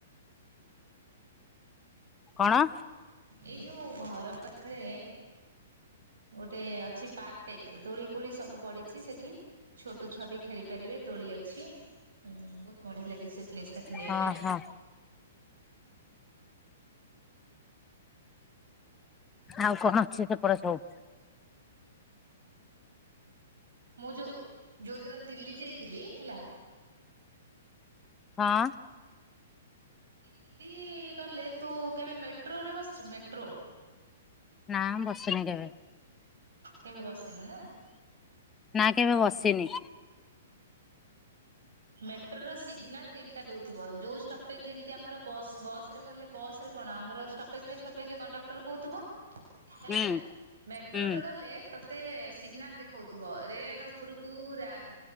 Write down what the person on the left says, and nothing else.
କଣ?
ହଁ
ହଁ ଆଉ କଣ ଅଛି ସେପଟେ ସବୁ?
ହଁ।
ନାଁ ମୁଁ ବସିନି କେବେ।
ନା କେବେ ବସିନି।
ହୁଁ
ହୁଁ